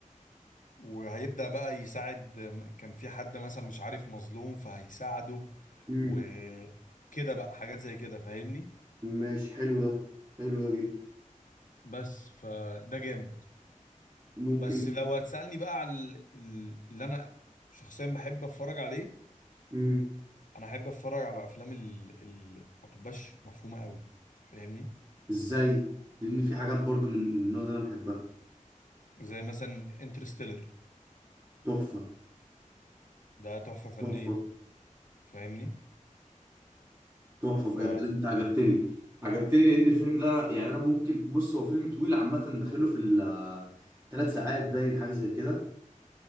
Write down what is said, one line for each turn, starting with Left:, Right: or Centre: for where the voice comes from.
Left: وهيبدأ بقى يساعد كان في حد مثلا مش عارف مظلوم فهيساعده
Right: امم
Left: وكده بقى حاجات زي كده فاهمني
Right: ماشي حلو ده حلو ده جدا
Left: بس فده جامد
Right: ممكن
Left: بس لو هتسألني بقى على ال- ال- اللي انا شخصيا بحب اتفرج عليه
Right: امم
Left: انا احب اتفرج على افلام اللي ما تبقاش مفهومة قوي فاهمني
Right: ازاي لان في حاجات برضو من من النوع ده انا بحبها
Left: زي مثلا انترستيلر
Right: تحفة
Left: ده تحفة فنية
Right: تحفة
Left: فاهمني
Right: تحفه
Left: ف
Right: بجد لا، انت عجبتني عجبتني لان الفيلم ده يعني انا ممكن بص هو فيلم طويل عامه داخله في الثلاث ساعات باين حاجه زي كده